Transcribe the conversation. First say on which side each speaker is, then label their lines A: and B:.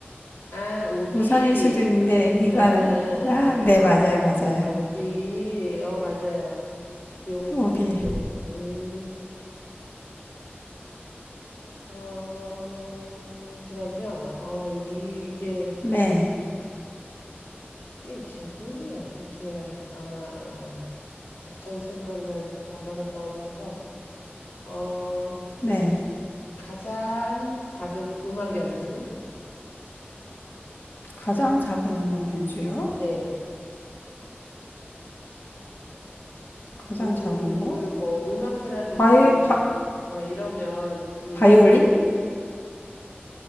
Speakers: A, on the left; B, on the left.
A: 아 우비
B: 우산일 수도 있는데 이거는
A: 아, 아, 아,
B: 아, 네, 맞아요, 맞아요.
A: 아. 아, 우비 어 맞아요 비 오면
B: 오비.
A: 찾게 된 음, 어, 그럼요 어 이게
B: 네,
A: 이게 질문을 어떻게 해야 아, 아, 아. 갑자기 생각난 단어가 떠올라서 어
B: 네.
A: 가장 작은 음악 연주는
B: 가장 작은 음악 연주요?
A: 네.
B: 가장
A: 우-
B: 작은
A: 우리
B: 거?
A: 그 뭐 음악회라든지
B: 바이, 바,
A: 막 이러면 이
B: 바이올린?